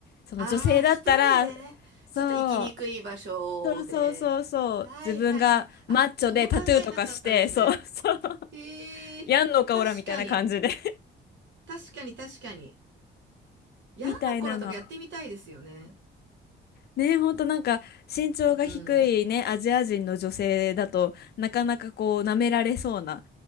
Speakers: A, on the left (about 55°); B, on the right (about 70°).
A: その女性だったら、
B: ああ、一人でね、
A: そう、
B: ちょっと行きにくい場所で。
A: そうそうそうそう、
B: はいはいはい。
A: 自分がマッチョでタトゥーとかして、
B: あ、その考えなかったですね。
A: そうそう、
B: ええ、
A: やんのかおらみたいな感じで、
B: 確かに、確かに確かに。ヤンのコラとかやってみたいですよね。
A: みたいなの。ね、ほんとなんか身長が低いね、
B: うん、
A: アジア人の女性だとなかなかこう舐められそうなっ